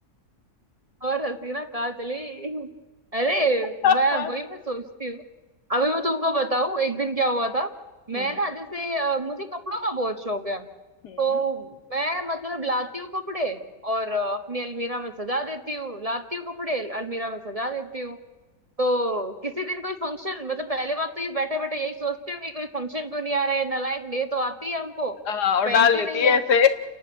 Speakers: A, on the right; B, on the left.
A: और हसीना कहाँ चली अरे
B: <laughs>
A: मैं वही मैं सोचती हूँ अभी मैं तुमको बताऊँ एक दिन क्या हुआ था मैं
B: हम्म
A: ना जैसे अ, मुझे कपड़ों का बहुत शौक है तो
B: हम्म
A: मैं मतलब लाती हूँ कपड़े और अ, अपनी अलमीरा में सजा देती हूँ लाती हूँ कपड़े अलमीरा में सजा देती हूँ तो किसी दिन कोई फंक्शन मतलब पहले बात तो ये बैठे बैठे यही सोचते होंगे कोई फंक्शन क्यों नहीं आ रहा है नलायक ले तो आती है हमको
B: हाँ और
A: पहनती
B: डाल देती
A: नहीं
B: है
A: है
B: ऐसे